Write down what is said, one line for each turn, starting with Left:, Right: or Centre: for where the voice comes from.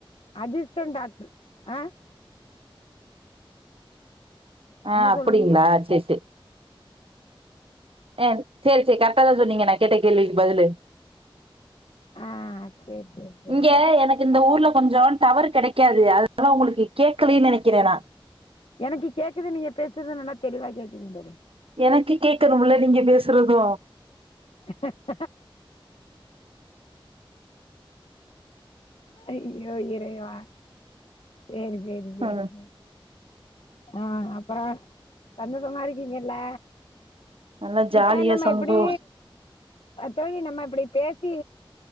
Left: அஞிஸ்டன் டாக்டர் ஆ
Right: ஆ
Left: என்ன
Right: அப்டிங்களா
Left: சொல்றீங்க
Right: சேரி சேரி ஆ சேரி சேரி கரெக்டா தா சொன்னீங்க நா கேட்ட கேள்விக்கு பதிலு
Left: ஆ சேரி சேரி சேரி
Right: இங்க எனக் இந்த ஊர்ல கொஞ்சோ டவர் கிடைக்காது அதனால்லா உங்களுக்கு கேட்கலன்னு நெனைக்கிறே நா
Left: எனக்கு கேக்குது நீங்க பேசுறது நல்லா தெளிவா கேக்குதுன்னு தோழி
Right: எனக்கு கேட்கணும்ல நீங்க பேசுறது
Left: <unintelligible> ஐயோ இறைவா சேரி சேரி சேரி
Right: ம்
Left: சேரி ஆ அப்றோ சந்தோசமா இருக்கீங்கல்ல
Right: நல்லா ஜாலியா
Left: இப்ப நம்ம
Right: சந்தோ
Left: இப்டி தோழி நம்ம இப்டி பேசி